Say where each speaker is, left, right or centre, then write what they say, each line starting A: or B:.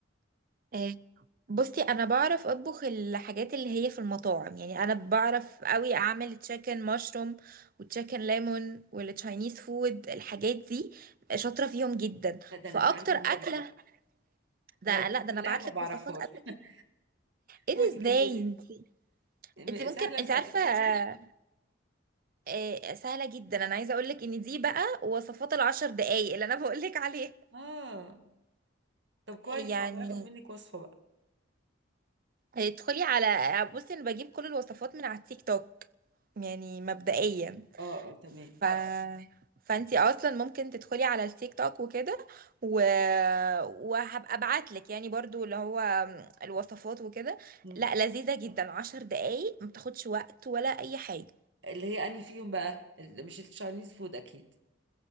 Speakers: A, on the right; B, on the right.
A: <laughs> بصي انا بعرف اطبخ الحاجات اللي هي في المطاعم يعني انا بعرف قوي اعمل تشيكن مشروم وتشيكن ليمون والتشاينيز فود الحاجات دي شاطره فيهم جدا
B: لا ده
A: فاكتر
B: انا اتعلم
A: اكله
B: منك بقى
A: <laughs> ده
B: انا دي
A: لا ده
B: كلها
A: انا بعت
B: ما
A: لك
B: بعرفهاش
A: وصفات اكل
B: <laughs>
A: كده. ايه
B: قولي
A: ده
B: كملي
A: ازاي انت
B: م-
A: انت ممكن
B: سهله
A: انت
B: سهله
A: عارفه
B: تفتكري
A: آه، آه، سهله جدا انا عايزه اقول لك ان دي بقى وصفات العشر دقايق اللي انا بقول لك عليها
B: اه طب كويس
A: يعني
B: والله هاخد منك وصفه بقى
A: ادخلي على بصي انا بجيب كل الوصفات من على التيك توك يعني مبدئيا
B: اه اه تمام
A: ف... فانتي اصلا ممكن تدخلي على التيك توك وكده و... وهبقى ابعت لك يعني برضو اللي هو الوصفات وكده
B: مم.
A: لا لذيذة جدا عشر دقايق ما بتاخدش وقت ولا اي حاجة
B: اللي هي اني فيهم بقى اللي مش التشاينيز فود اكيد